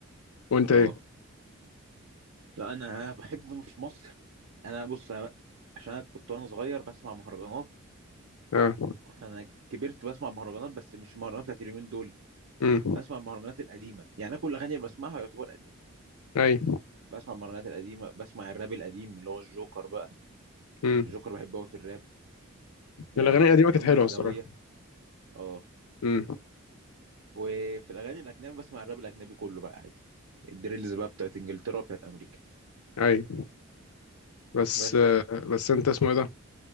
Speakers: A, on the left; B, on the right.
A: وانت
B: اه
A: ايه
B: لا انا بحب في مصر انا بص أنا عشان انا كنت وانا صغير بسمع مهرجانات
A: اه
B: فانا كبرت بسمع مهرجانات بس مش مهرجانات بتاعت اليومين دول
A: امم
B: بسمع المهرجانات القديمة يعني انا كل الاغاني اللي بسمعها يعتبر قديمة
A: اي
B: بسمع المهرجانات القديمة بسمع الراب القديم اللي هو الجوكر بقى
A: امم
B: الجوكر بحبه قوي في الراب أه
A: الاغاني
B: بحب
A: القديمه
B: محمد
A: كانت حلوه
B: عدوية
A: الصراحه
B: اه
A: امم
B: وفي الاغاني الاجنبي بسمع الراب الاجنبي كله بقى عادي الدريلز بقى بتاعت انجلترا بتاعت امريكا
A: اي بس
B: بس
A: آه، بس انت اسمه ايه ده